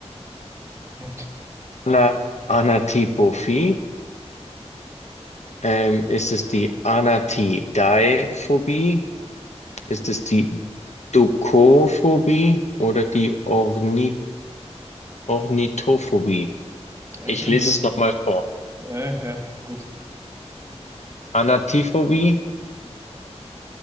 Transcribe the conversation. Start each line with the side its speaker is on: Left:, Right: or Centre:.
Right: <laughs>
Left: Ana, Anatipophie, ähm, ist es die Anatidaephobie? Ist es die Dukophobie oder die Orni Ornithophobie?
Right: Ich
Left: Ich
Right: nehm,
Left: lese es nochmal vor.
Right: äh, ja, gut.
Left: Anatiphobie,